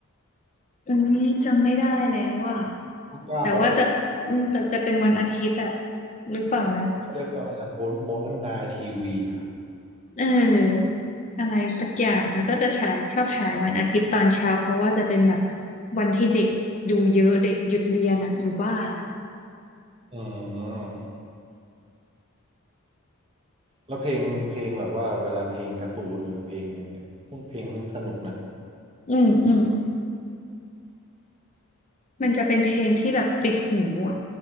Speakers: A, on the left; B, on the right.
A: เอ้ยจำไม่ได้แล้วอ่ะ
B: เก้า
A: แต่ว่าจะอืมแต่จะเป็นวันอาทิตย์อ่ะหรือเปล่านะ
B: เขาเรียกว่าอะไรนะโมโมนนาทีวีอ่ะ
A: เอออะไรสักอย่างนะก็จะฉายชอบฉายวันอาทิตย์ตอนเช้าเพราะว่าจะเป็นแบบวันที่เด็กดูเยอะเด็กหยุดเรียนอ่ะอยู่บ้านอะ
B: อืม แล้วเพลงเพลงแบบว่าเวลาเพลงการ์ตูนหรือเพลงอะไรเงี้ยพวกเพลงพวกนี้สนุกนะ
A: อืมอืมมันจะเป็นเพลงที่แบบติดหูอ่ะ